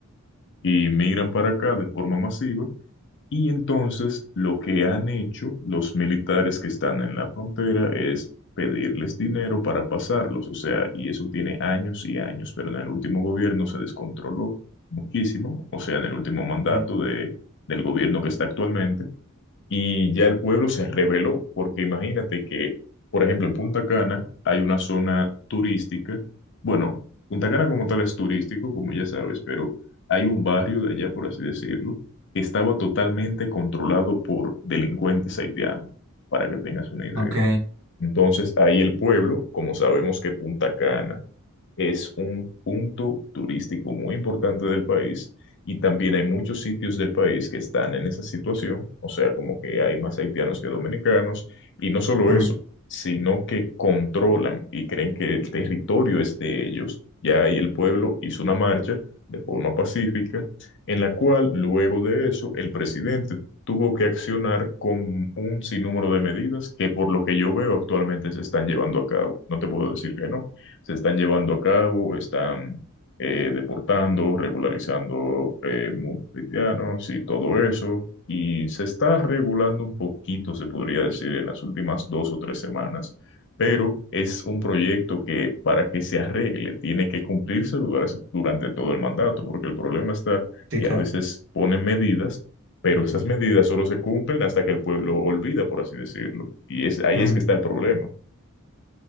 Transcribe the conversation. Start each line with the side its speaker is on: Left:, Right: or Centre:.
Left: Y migran para acá de forma masiva. Y entonces lo que han hecho los militares que están en la frontera es pedirles dinero para pasarlos. O sea, y eso tiene años y años, pero en el último gobierno se descontroló muchísimo, o sea, en el último mandato
Right: Ok.
Left: de, del gobierno que está actualmente y ya el pueblo se rebeló, porque imagínate que, por ejemplo, en Punta Cana hay una zona turística, bueno, Punta Cana como tal es turístico, como ya sabes, pero hay un barrio de allá, por así decirlo, que estaba totalmente controlado por delincuentes haitianos, para que tengas una idea.
Right: Ok.
Left: Entonces, ahí el pueblo, como sabemos que Punta Cana es un punto turístico muy importante del país y también hay muchos sitios del país que están en esa situación, o sea, como que hay más haitianos que dominicanos y no solo
Right: Mm,
Left: eso, sino que controlan y creen que el territorio es de ellos. Ya ahí el pueblo hizo una marcha de forma pacífica en la cual luego de eso el presidente tuvo que accionar con un sinnúmero de medidas que por lo que yo veo actualmente se están llevando a cabo. No te puedo decir que no se están llevando a cabo, están eh, deportando, regularizando eh, muchos haitianos y todo eso. Y se está regulando un poquito, se podría decir, en las últimas dos o tres semanas. Pero es un proyecto que para que se arregle tiene que cumplirse durante durante todo el mandato, porque el problema está
Right: sí,
Left: que
Right: claro.
Left: a veces ponen medidas pero esas medidas solo se cumplen hasta que el pueblo olvida, por así decirlo. Y es, ahí
Right: Ujú.
Left: es que está el problema.